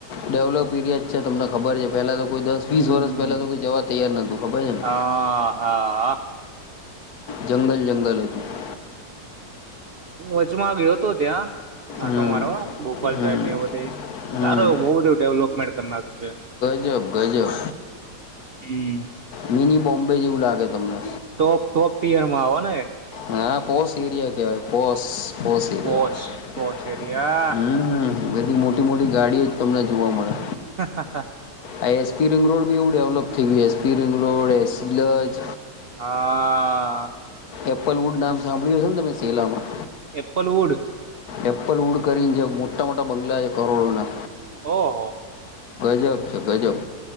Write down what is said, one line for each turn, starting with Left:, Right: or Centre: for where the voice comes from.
Left: ડેવલોપ પીરિયડ છે તમને ખબર છે પેલા તો કોઈ દસ વીસ
Right: હમ
Left: વર્ષ પહેલા તો કોઈ જવા તૈયાર નોતું ખબર છે ને.
Right: હા હા
Left: જંગલ જંગલ હતું. <inaudible>
Right: હું વચમાં ગયો હતો ત્યાં આટો
Left: હમ
Right: મારવા બોપલ
Left: હમ
Right: સાઈડ એવ બધ
Left: હમ
Right: સારો એ બહ બધું ડેવલપમેન્ટ <unintelligible>
Left: ગજબ ગજબ
Right: હમ
Left: મીની બોમ્બે જેવું લાગે તમને.
Right: ટોપ ટોપ ટિયર માં આવવાના એ
Left: હા પોસ એરિયા કેવાય posh posh area.
Right: Posh posh
Left: હમ્મ
Right: area
Left: હમ બધી મોટી મોટી ગાડીઓ જ તમને જોવા મળે.
Right: હા હા હા.
Left: આ એસ પી રિંગ રોડ બી એવું ડેવલપ થઈ ગયું એસ પી રિંગ રોડ એ સિલચ
Right: હા.
Left: એપલવૂડ નામ સાંભળ્યું છે ને તમે શેલામાં.
Right: એપલ વુડ
Left: એપલવુડ કરીને છે મોટા મોટા બંગલા છે કરોડોના.
Right: હા હા.
Left: ગજબ છે ગજબ